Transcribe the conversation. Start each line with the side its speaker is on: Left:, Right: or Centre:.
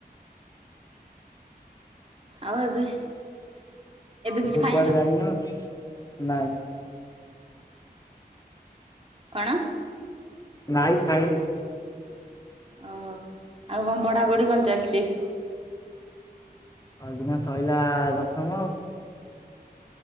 Right: ଆଉ ଏବେ
Left: ଏବେ
Right: କିଛି ଖାଇନ?
Left: କୁଆଡ଼େ ଯାଇନୁ ନାଇଁ।
Right: କଣ?
Left: ନାଇଁ ଖାଇ
Right: ଓହୋ ଆଉ କଁ ପଢ଼ାପଢ଼ି କଣ ଚାଲିଚି?
Left: ଅଇକିନା ସଇଲା ଦଶମ।